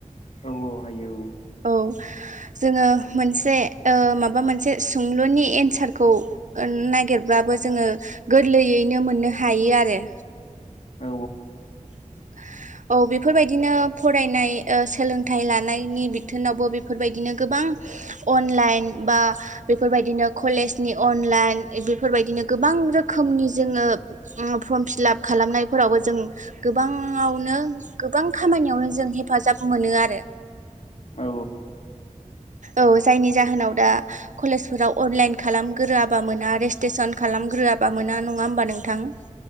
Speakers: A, on the left; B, on the right.
A: औ -औ हायो औ।
B: औ जोङो मोनसे ओ माबा मोनसे सोंलुनि एन्सारखौ ओ नागिरब्ला बो जोङो गोरलैयैनो मोननो हायो आरो।
A: औ
B: <inaudible> औ बेफोरबायदिनो फरायनाय ओ सोलोंथाइ लानायनि बिथोनावबो बेफोरबायदिनो गोबां अनलाइन बा बेफोरबायदिनो कलेजनि अनलाइन ए बेफोरबायदिनो गोबां रोखोमनि जोङो उम फर्म फिलाप खालामनायफोरावबो जों गोबाङावनो गोबां खामानियावनो जों हेफाजाब मोनो आरो।
A: औ
B: औ जायनि जाहोनाव दा कलेजफोराव अनलाइन खालामग्रोआबा मोना रेस्ट्रेसन खालामग्रो गोराबा मोना नङा होमबा नोंथां?